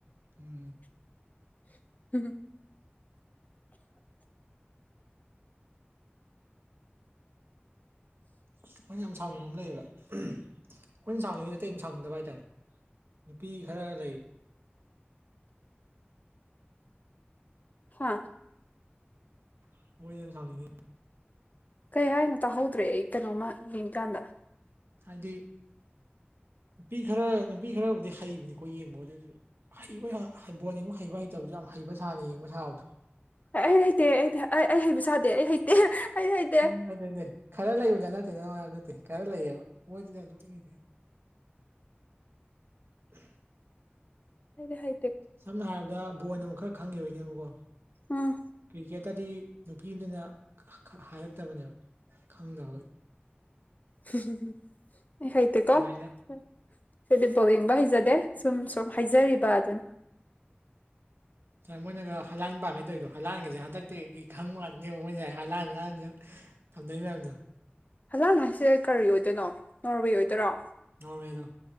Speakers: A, on the right; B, on the left.
A: ꯎꯝ
B: <unintelligible>
A: ꯑꯩꯈꯣꯏꯅ ꯌꯥꯝ ꯁꯥꯎꯅꯤꯡꯕ ꯑꯃ ꯂꯩꯌꯦꯕ ꯑꯩꯈꯣꯏꯅ ꯁꯥꯎꯅꯤꯡꯉꯤꯁꯦ ꯑꯇꯩ ꯁꯥꯎꯅꯤꯡꯗꯕ ꯍꯥꯏꯇꯥꯔꯦ ꯅꯨꯄꯤ ꯈꯔ ꯂꯩ
B: ꯍꯥꯥ
A: <unintelligible>
B: ꯀꯩ ꯍꯥꯏꯅꯣ ꯇꯥꯍꯧꯗ꯭ꯔꯦ ꯑꯩ ꯀꯩꯅꯣꯝꯃ ꯌꯦꯡꯀꯥꯟꯗ
A: ꯍꯥꯏꯗꯤ ꯅꯨꯄꯤ ꯈꯔ ꯅꯨꯄꯤ ꯈꯔꯕꯨꯗꯤ ꯍꯩꯕꯅꯤꯀꯣ ꯌꯦꯡꯕꯗꯁꯨ ꯍꯩꯕ ꯕꯣꯜ ꯌꯦꯡꯕ ꯍꯩꯕ ꯍꯩꯇꯕꯁꯨ ꯌꯥꯝ ꯍꯩꯕ ꯁꯥꯅ ꯌꯦꯡꯕ ꯁꯥꯕꯗꯣ
B: ꯑꯦ ꯑꯩ ꯍꯩꯇꯦ ꯑꯩ ꯑꯩ ꯍꯩꯕ ꯁꯥꯗꯦ ꯑꯩ ꯍꯩꯇꯦ ꯑꯩ ꯍꯩꯇꯦ
A: <unintelligible> ꯅꯠꯇꯦ ꯅ ꯅꯠꯇꯦ ꯈꯔ ꯂꯩꯌꯦꯕ ꯃꯣꯏꯉꯁꯦ <unintelligible>
B: ꯍꯥꯏꯗꯤ ꯍꯥꯏ
A: ꯁꯝꯅ ꯍꯥꯏꯔꯕꯗ ꯕꯣꯟ ꯑꯃꯨꯛ ꯈꯔ ꯈꯪꯉꯦꯕꯩꯅꯦꯕꯀꯣ
B: ꯎꯝ
A: ꯀ꯭ꯔꯤꯀꯦꯠ ꯇꯗꯤ ꯅꯨꯄꯤꯑꯝꯇꯥꯅ ꯍꯥꯏꯔꯛꯇꯕꯅꯦꯕ ꯈꯪꯗꯕꯒꯤ
B: <unintelligible> ꯑꯩ ꯍꯩꯇꯦꯀꯣ
A: ꯑꯗꯨꯃꯥꯏꯅ
B: ꯑꯩꯗꯤ ꯕꯣꯜ ꯌꯦꯡꯕ ꯍꯩꯖꯗꯦ ꯁꯨꯝ ꯁꯨꯝ ꯍꯥꯏꯖꯔꯤꯕ ꯑꯗꯨꯅꯤ
A: ꯁꯥꯏ ꯃꯣꯏꯅꯒ ꯍꯂꯥꯟ ꯄꯥꯝꯃꯦ ꯇꯧꯔꯤꯗꯣ ꯍꯂꯥꯟꯒꯁꯦ ꯍꯟꯗꯛꯇꯤꯒꯤ ꯈꯪꯕ ꯉꯥꯛꯇꯥꯅꯦꯕ ꯃꯣꯏꯁꯦ ꯍꯂꯥꯟꯁ ꯊꯝꯗꯩ ꯃꯌꯥꯝꯝꯗꯣ
B: ꯍꯂꯥꯟ ꯍꯥꯏꯁꯦ ꯀꯔꯤ ꯑꯣꯏꯗꯣꯏꯅꯣ ꯅꯣꯔꯋꯦ ꯑꯣꯏꯗꯣꯏꯔꯣ
A: ꯅꯣꯔꯋꯦꯗꯣ